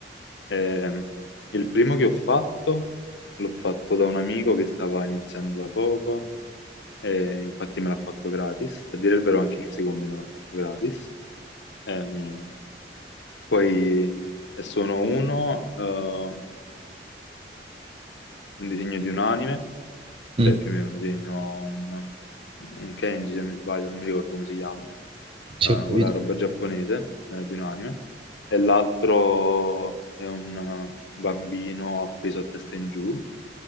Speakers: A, on the left; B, on the right.
A: Ehm, il primo che ho fatto l'ho fatto da un amico che stava iniziando da poco e infatti me l'ha fatto gratis. A dire il vero anche il secondo me l'ha fatto gratis. Ehm, poi eh, sono uno, eh, un, un disegno di un anime, cioè
B: Mm,
A: più o meno un disegno, un, un Kenji se non mi sbaglio, non mi ricordo come si chiama eh,
B: sì, ho capito.
A: quella roba giapponese eh, di un anime, e l'altro è un eh, bambino appeso a testa in giù.